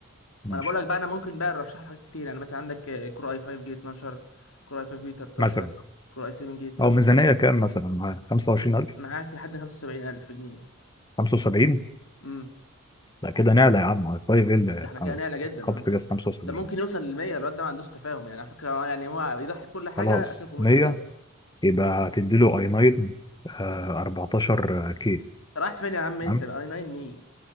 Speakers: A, on the left (about 20°); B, on the left (about 80°).
A: ماشي
B: ما انا بقول لك بقى انا ممكن بقى ارشح له حاجات كتير يعني مثلا عندك آه، كور اي 5 جيل 12 كور اي 5 جيل 13
A: مثلا
B: كور اي 7 جيل 12
A: او ميزانيه
B: كور اي 7
A: كام مثلا معاه 25000
B: معاك لحد 75000 جنيه
A: 75
B: امم
A: لا كده نعلى يا عم على طيب ايه
B: ده احنا كده نعلى جدا
A: تحط
B: اه
A: في جهاز 75
B: ده ممكن يوصل ل 100 الواد ده ما عندوش تفاهم يعني على فكره هو يعني هو يضحي بكل حاجه
A: خلاص
B: عشان الكمبيوتر
A: 100
B: ده
A: يبقى هتديله اي 9 14 كي
B: رايح فين يا عم انت
A: تمام
B: اي 9 مين